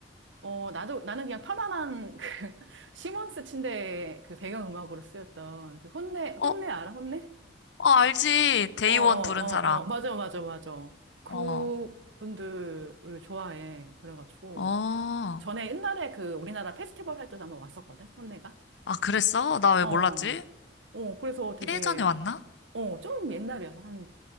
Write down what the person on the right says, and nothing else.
어, 나도, 나는 그냥 편안한 그, <laughs> 시몬스 침대의 그 배경음악으로 쓰였던 그 혼내,
혼내 알아? 혼내?
어, 어, 어,
어, 맞아, 맞아, 맞아. 그분들을
좋아해. 그래가지고.
전에 옛날에 그 우리나라 페스티벌 할 때도 한번 왔었거든, 혼내가.
어,
어, 그래서 되게,
어, 좀 옛날이어서 한